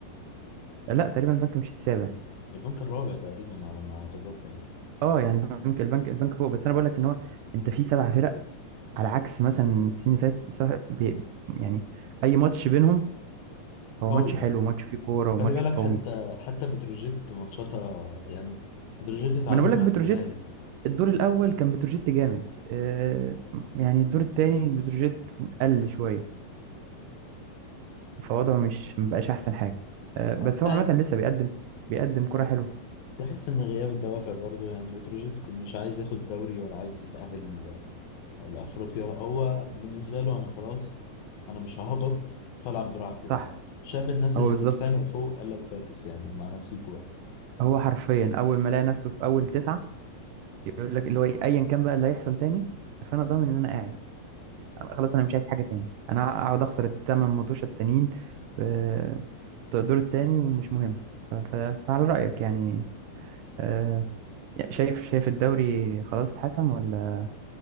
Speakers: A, on the right (about 75°); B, on the left (about 85°).
A: لا تقريبا البنك مش السابع
B: البنك الرابع تقريبا على ما اتذكر
A: اه يعني البنك البنك البنك فوق بس انا بقول لك ان هو انت في سبع فرق على عكس مثلا السنين اللي فاتت سبع- بي- يعني اي ماتش بينهم هو
B: قوي
A: ماتش حلو
B: اه
A: وماتش فيه كوره وماتش
B: خلي بالك حتى
A: قوي
B: حتى بتروجيت ماتشاتها يعني بتروجيت اتعادل
A: ما انا بقول لك
B: مع
A: بتروجيت
B: الزمالك
A: الدور الاول كان بتروجيت جامد آه، يعني الدور الثاني بتروجيت قل شويه فوضعه مش مبقاش احسن حاجه آه، بس
B: اه
A: هو
B: يعني
A: عامه لسه بيقدم بيقدم كرة حلوه
B: تحس ان غياب الدوافع برضه يعني بتروجيت مش عايز ياخد دوري ولا عايز يتأهل لافريقيا هو بالنسبه له انا خلاص انا مش ههبط فالعب براحتي بقى
A: صح
B: شاف الناس
A: هو
B: اللي
A: بالظبط
B: بتتخانق فوق قال لك فاكس يعني مع نفسيكوا بقى
A: هو حرفيا اول ما لقى نفسه في اول تسعه يقول لك اللي هو إيه، ايا كان بقى اللي هيحصل تاني فانا ضامن ان انا قاعد انا خلاص انا مش عايز حاجه تاني انا اقعد اخسر الثمان ماتشات التانيين آه، بتوع الدور التاني ومش مهم ف- ف- فعلى رايك يعني آه، شايف شايف الدوري خلاص اتحسم ولا